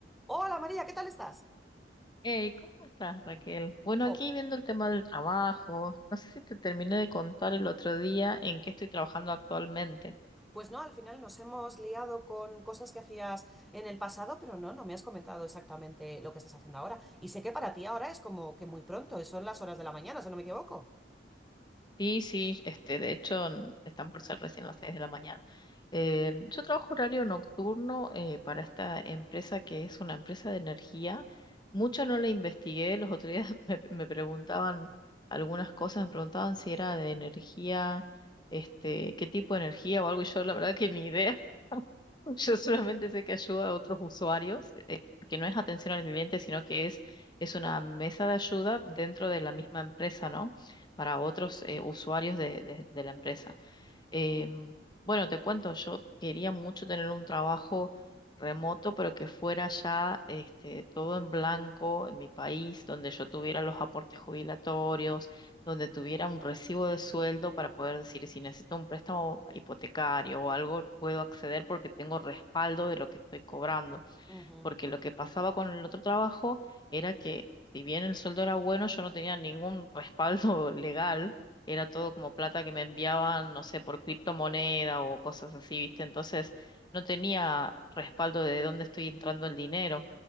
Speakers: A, in the centre; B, on the left.
A: Hola María, ¿qué tal estás?
B: Hey, ¿cómo estás, Raquel? Bueno,
A: Jo,
B: aquí viendo el tema del trabajo, no sé si te terminé de contar el otro día en qué estoy trabajando actualmente.
A: pues no, al final nos hemos liado con cosas que hacías en el pasado, pero no, no me has comentado exactamente lo que estás haciendo ahora. Y sé que para ti ahora es como que muy pronto, eh, son las horas de la mañana, si no me equivoco.
B: Sí, sí, este, de hecho, n- están por ser recién las 6 de la mañana. Eh, yo trabajo horario nocturno eh, para esta empresa que es una empresa de energía. Mucho no la investigué, los otros días <laughs> me, me preguntaban algunas cosas, me preguntaban si era de energía, este, qué tipo de energía o algo, y yo la verdad que ni idea. <laughs> Yo solamente sé que ayuda a otros usuarios, eh, que no es atención al cliente, sino que es, es una mesa de ayuda dentro de la misma empresa, ¿no? Para otros eh, usuarios de, de- de la empresa. Em, bueno, te cuento, yo quería mucho tener un trabajo remoto, pero que fuera ya este, todo en blanco en mi país, donde yo tuviera los aportes jubilatorios, donde tuviera un recibo de sueldo para poder decir si necesito un préstamo hipotecario o algo, puedo acceder porque tengo respaldo de lo que estoy cobrando
A: Ujú,
B: porque lo que pasaba con el otro trabajo era que si bien el sueldo era bueno, yo no tenía ningún respaldo <laughs> legal, era todo como plata que me enviaban, no sé, por criptomoneda o cosas así, ¿viste? Entonces no tenía respaldo de dónde estoy entrando el dinero.